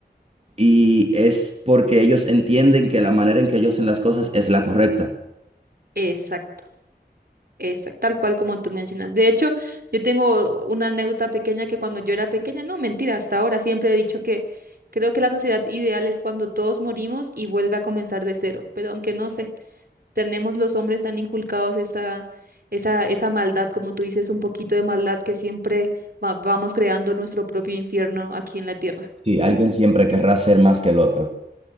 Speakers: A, on the right; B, on the right.
A: y es porque ellos entienden que la manera en que ellos hacen las cosas es la correcta.
B: Exacto. Esa- tal cual como tú mencionas. De hecho, yo tengo una anécdota pequeña que cuando yo era pequeña, no, mentira, hasta ahora siempre he dicho que creo que la sociedad ideal es cuando todos morimos y vuelve a comenzar de cero. Pero aunque no sé, tenemos los hombres tan inculcados esa, esa, esa maldad, como tú dices, un poquito de maldad que siempre va- vamos creando nuestro propio infierno aquí en la tierra.
A: Sí, alguien siempre querrá ser más que el otro.